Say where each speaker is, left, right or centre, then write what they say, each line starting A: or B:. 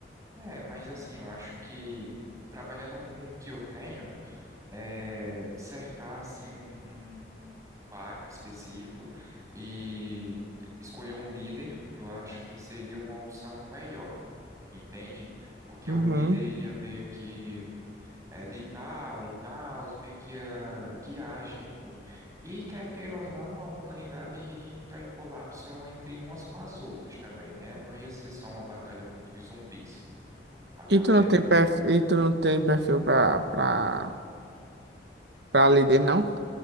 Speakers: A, on the right (about 20°); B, on the right (about 70°).
A: É, mas assim, eu acho que trabalhando com o que eu tenho, é, cercar assim um, um- um bairro específico e escolher um líder, eu acho que seria uma opção melhor, entende? Porque
B: Uhum.
A: o líder ia meio que editar e tal, meio que ia guiar a gente, e quer queira ou não, a humanidade iria entrar em colapso entre umas com as outras também, né? Não ia ser só uma batalha contra os zumbis. A galera,
B: E tu não tem perfil, e tu não tem perfil pra, pra, pra líder, não?